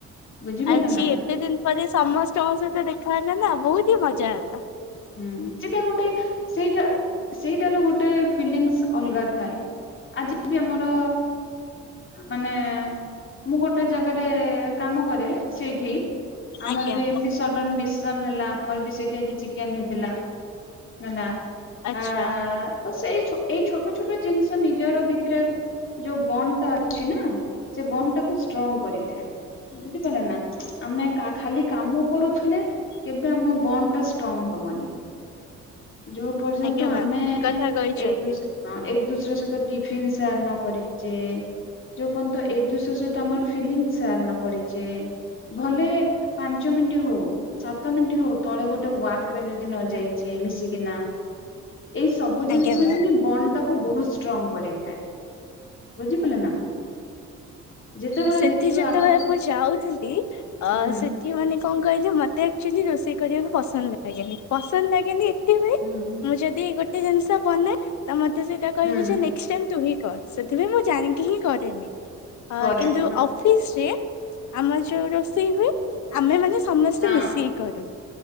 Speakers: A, on the left; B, on the left.
A: ବୁଝିପାରିଲ
B: ଆଜି
A: ନା
B: ଏତେ ଦିନ ପରେ ସମସ୍ତଙ୍କ ସହିତ ଦେଖ <unintelligible> ବହୁତ ହିଁ ମଜା ହେଲା।
A: ହୁଁ ସେଇଟା ଗୋଟେ ସେଇଟା ସେଇଟାର ଗୋଟେ ଫିଲିଂସ ଅଲଗା ଥାଏ ଆଜି ବି ଆମର ମାନେ ମୁଁ ଗୋଟେ ଜାଗାରେ କାମ କରେ ସେଇଠି ଆମର
B: ଆଜ୍ଞା
A: ବି ଏମିତି ସଡନ ଡିସିଜନ ହେଲା ଆମର ବି ସେଠି ଆଜି କେନ୍ ହେଇଥିଲା <unintelligible>
B: ଆଚ୍ଛା
A: ଆ ତ ସେଇ ଏଇ ଛୋଟ ଛୋଟ ଜିନିଷ ନିଜର ଭିତରେ ଯୋଉ ବଣ୍ଡ୍ ଟା ଅଛି ନା ସେ ବଣ୍ଡ୍ ଟାକୁ ଷ୍ଟ୍ରଙ୍ଗ କରିଥାଏ ବୁଝିପାରିଲେ ନା ଆମେ ଖାଲି କାମ କରୁଥିଲେ କେବେ ଆମ ବଣ୍ଡ୍ ଟା ଷ୍ଟ୍ରଙ୍ଗ ହବନି। ଯୋଉ ପର୍ଯ୍ୟନ୍ତ
B: ଆଜ୍ଞା ମ୍ୟାମ୍
A: ଆମେ
B: କଥା କହିଛନ୍ତି
A: ଏକ ଦୁଶର ସହିତ ଟିଫିନ ସେୟାର ନ କରି ଯେ ଯୋଉଁ ପର୍ଯ୍ୟନ୍ତ ଏକ ଦୁସରେ ସହିତ ଆମ ଫିଲିଙ୍ଗସ ସେୟାର ନ କରିଛ ଭଲେ ପାଞ୍ଚ ମିନିଟ ହଉ ସାତ ମିନିଟ ହଉ ତଳେ ଗୋଟେ ୱାକ୍ରରେ ଯଦି ନ ଯାଇଛେ ମିଶିକିନା ଏଇ ସବୁ ଜିନିଷ
B: ଆଜ୍ଞା ମ୍ୟାମ୍।
A: ହିଁ ବଣ୍ଡ ତାକୁ ବହୁତ ଷ୍ଟ୍ରଙ୍ଗ କରିଥାଏ ବୁଝିପାରିଲ ନା? ଯେତେବେଳେ
B: ସେଠି
A: ଦେଖିବେ
B: ଯେତେବେଳେ
A: ଆପଣ
B: ମୁଁ ଯାଉଥିଲି ଅ
A: ହୁଁ
B: ସେଠି ମାନେ କଣ କହିଲେ ମତେ ଆକ୍ଚୁଆଲି ରୋଷେଇ କରିବାକୁ ପସନ୍ଦ ଲାଗେନି ପସନ୍ଦ ଲାଗେନି <unintelligible>
A: ହୁଁ
B: ମୁଁ ଯଦି ଗୋଟେ ଏଇ ଜିନିଷ ବନେ ତମର ସେଇଟା କହିବେ
A: ହୁଁ
B: ଯେ ନେକ୍ସ ଟାଇମ ତୁହିଁ କ ସେଥିପାଇ ମୁଁ ଜାଣିକି ହିଁ କରିନି।
A: କରେନ
B: ତୁ ଅଫିସ ରେ ଆମ ଯୋଉଁ ରୋଷେଇ ହୁଏ ଆମେ ମାନେ ସମସ୍ତେ
A: ହଁ
B: ମିଶି କି କରୁ।